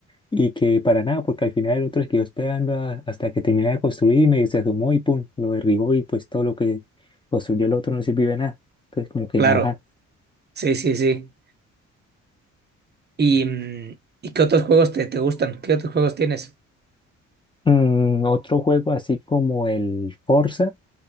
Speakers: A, on the left; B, on the right.
A: y que para nada, porque al final el otro se quedó esperando a- hasta que terminara de construir y medio se asomó y pum, lo derribó y pues todo lo que construyó el otro no sirvió de nada. Entonces, como que,
B: claro,
A: ajá.
B: sí, sí, sí. ¿Y, mm, ¿y qué otros juegos te, te gustan? ¿Qué otros juegos tienes?
A: Mm, otro juego así como el Forza,